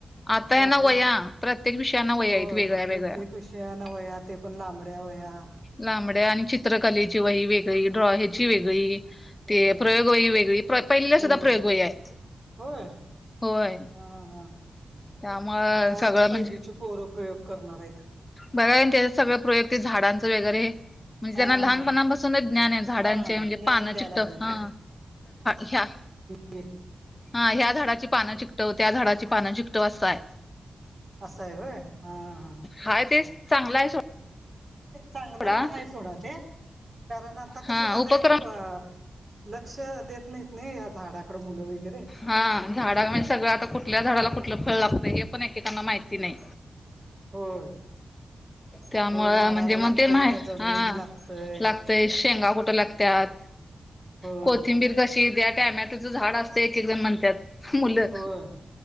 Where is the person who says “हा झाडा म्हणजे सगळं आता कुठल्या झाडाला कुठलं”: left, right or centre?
Left